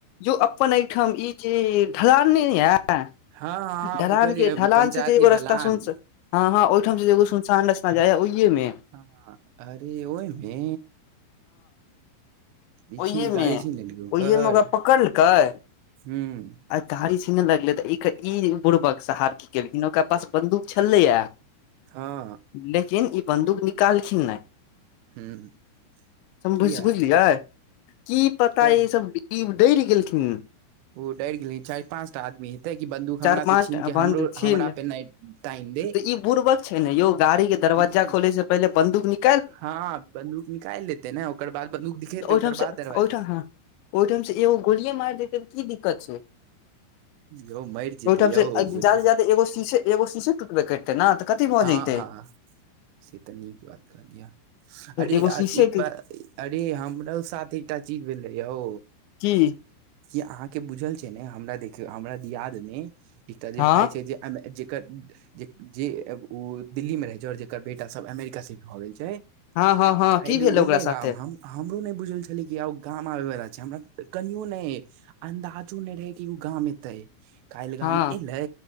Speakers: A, on the left; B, on the right.
A: जो अपन एहिठाम ई जे ढलान नै यए
B: हँ हँ हँ
A: ढलान
B: बुझलियै
A: के ढलान
B: पंचायत
A: से जे
B: की
A: एगो
B: ढलान
A: रस्ता सुन हँ हँ ओहिठाम से जे एगो सुनसान रस्ता टना जाइए ओहिएमे
B: हँ अरे ओहिमे ई
A: ओहिमे
B: छी गाड़ी छीन लेलकै ओकर
A: ओहियेमे ओकरा पकड़लकै आ
B: हूँ
A: गाड़ी छीने लगले तऽ ई बुर्बक साहब की केलखिन ओकरा पास बंन्दूक छलैये
B: हँ
A: लेकिन ई बन्दूक निकालखिन नहि
B: हूँ
A: समुझ
B: किया
A: बुझलियै की पता
B: जब
A: ई सब डिप डैर गेलखिन
B: ओ डैर गेलै चार पाँचटा आदमीेते की बन्दूक
A: चार
B: हमरा
A: पाँच
B: से छीन
A: टा
B: के
A: बन्द
B: हमरो
A: छिल
B: हमरा पे नहि तानि दे
A: तऽ ई बुर्बक छै ने यौ गाड़ी के दरवजा
B: हूँ
A: खोले से पहिले बंन्दूक नि
B: हँ बन्दूक निकालि लेते ने ओकर बाद बन्दूक दिखेते ओकर
A: ठाम
B: बाद दरवाजा
A: ओहिठाम ह ओहिठाम से एगो गोलि मारि देते त की दिक्कत छै
B: यौ मरि जेते
A: ओहिठाम
B: यौ
A: से
B: गोली
A: जादे जादे एगो शीश एगो शीशे टूटबे करतै ने तऽ कथि भऽ
B: हँ
A: जतै
B: हँ से तऽ नीक बात कहलिया अरे
A: एगो शीशे
B: एक बार
A: के
B: अरे हमरो साथ एकटा चीज भेलै यौ
A: की
B: कि अहाँके बुझल छै ने हमरा देखियौ हमरा दियाद मे एकटा जे
A: हँ
B: भाय छै जे जेकर जे जे ओ दिल्ली मे रहे छै और जेकर बेटा सब अमेरिका से भए गेल छै
A: हँ हँ हँ
B: काइल
A: की भेलै
B: उ
A: ओकरा
B: एले
A: साथे
B: गाम हम हमरो नहि बुझल छलै कि आ गाम आबे वाला छै हमरा कनियो नहि अन्दाजो नहि रहै कि ओ गाम एतै काइल गाम
A: हँ
B: एले